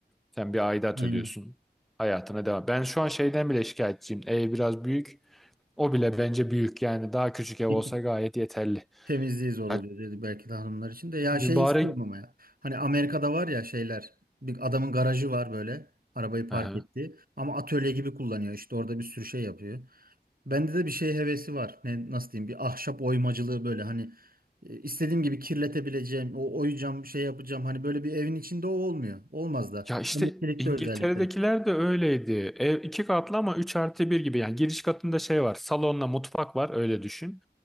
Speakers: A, in the centre; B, on the right.
A: Sen bir aidat
B: Aynen.
A: ödüyorsun. Hayatına devam. Ben şu an şeyden bile şikayetçiyim. Ev biraz büyük. O bile bence büyük. Yani daha küçük ev olsa
B: <laughs>
A: gayet yeterli.
B: Temizliği zor
A: Ya
B: oluyor dedi belki de hanımlar için de. Ya
A: mübarek...
B: şey istiyorum ama ya. Hani Amerika'da var ya şeyler. Bir adamın garajı var böyle. Arabayı park
A: Hı hı.
B: etti. Ama atölye gibi kullanıyor. İşte orada bir sürü şey yapıyor. Bende de bir şey hevesi var. Ne, nasıl diyeyim? Bir ahşap oymacılığı böyle hani e, istediğim gibi kirletebileceğim, o oyacağım, şey yapacağım. Hani böyle bir evin içinde o olmuyor. Olmaz da.
A: Ya işte
B: Emeklilikte
A: İngiltere'dekiler
B: özellikle.
A: de öyleydi. Ev iki katlı ama 3 artı bir gibi. Yani giriş katında şey var. Salonla mutfak var öyle düşün.